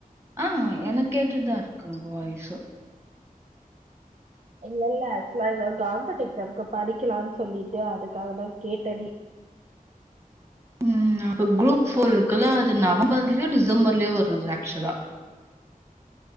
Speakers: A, on the right (about 20°); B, on the right (about 45°).
A: ஆ எனக் கேட்டுதா இருக்கு உங்க வாய்சு
B: இல்லல்ல <unintelligible> காம்பெட் எக்ஸ்ஸாம்க்கு படிக்கலான்னு சொல்லிட்டு அதுக்காகதா கேட்டனே
A: உம் அப்ப குரூப் ஃபோர் இருக்குல்ல அது நவம்பர்லியோ டிசம்பர்லியோ வருர்து ஆக்ட்சுவலா